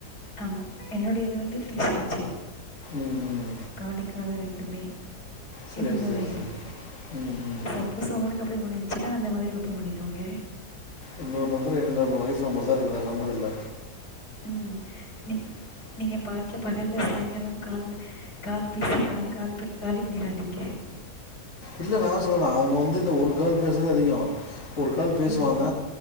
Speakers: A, on the left; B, on the left.
A: ஆமா என்னுடையது வந்து ஃப்ரிச்சாச்சு
B: ம் ம்
A: காதி கால ரெண் டுமே
B: சரி
A: இது இன்னொரு
B: சரி
A: ஐடியா
B: சரி ம், ம்.
A: சப்போஸ் உங்ளுக்கு அப்டி முடிஞ்சு டா அந்த மாதிரிப் ஒப்பன் பண்ணிக்கோங்க
B: இன்னொரு நம்பர் போதும் ஒய்ப் நம்பர் தா இருக்கு வேற நம்பர் இல்ல
A: ம் நீ நீங்க பாட் வீட்ல பகல சாய்ங்காலம் கால் கால் பேசி கால காலிப் பண் காலி பண்ணிறாதீங்க
B: இல்ல நா சொல்லல அவுங்க வந் இது என்ன ஒரு கால் பேசுனதே அதிகோ ஒரு கால் பேசுவாங்க
A: ம்